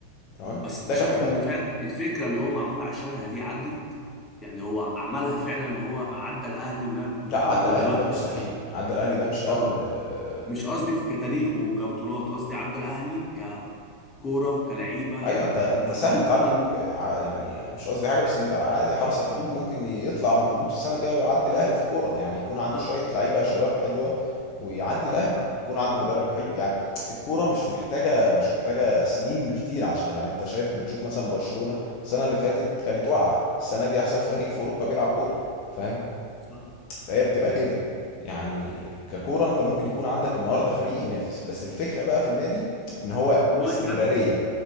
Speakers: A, on the left; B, on the left.
A: تمام
B: بس انت
A: ده
B: شايف
A: كان في الاول
B: ان فعلا الفكره اللي هو معمول عشانها دي عدت يعني هو عملها فعلا ان هو عدى الاهلي ونا-
A: لا عدى
B: ودلوقتي
A: الاهلي ده مستحيل
B: دخل
A: عدى الاهلي ده مش قبل
B: اه
A: آه،
B: مش قصدي في كتاريخ وكبطولات قصدي عدى الاهلي ككوره كلعيبه
A: ايوه
B: يعني
A: انت انت
B: معدي
A: سهل
B: الفتره
A: تعدي ك-
B: دي
A: ع- يعني مش قصدي حاجه بس انت عادي حرس الحدود ممكن يطلع من الهبوط السنه الجايه ويعدي الاهلي في الكوره يعني يكون عنده
B: صح
A: شويه لعيبه شباب حلوه ويعدي الاهلي
B: صح
A: يكون عنده مدرب حلو يعني الكوره مش محتاجه مش محتاجه سنين كتير عشان يعني انت شايف بتشوف مثلا برشلونه السنه اللي فاتت كانت واقعه السنه دي احسن فريق في اوروبا بيلعب كوره فاهم
B: صح
A: فهي بتبقى كده يعني ككوره انت ممكن يكون عندك النهارده فريق ينافس بس الفكره بقى في النادي ان هو
B: ان هو
A: استمراريه
B: يكمل